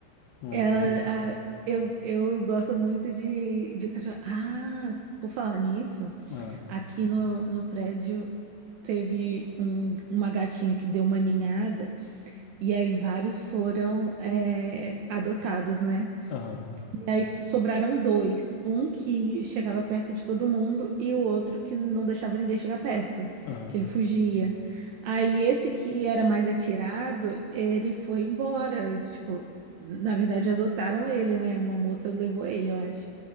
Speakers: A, on the left; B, on the right.
A: é,
B: Ela,
A: mas que.
B: a- eu, eu gosto muito de, de cachorro. Ah, s- por falar nisso,
A: Ah,
B: aqui no, no prédio teve um- uma gatinha que deu uma ninhada, e aí vários foram é, adotados, né?
A: ah,
B: E aí f- sobraram dois. Um que chegava perto de todo mundo e o outro que não deixava ninguém chegar perto,
A: ah,
B: que ele fugia. Aí esse que era mais atirado, ele foi embora. Ele, tipo, na verdade adotaram ele, né? Uma moça levou ele, eu acho.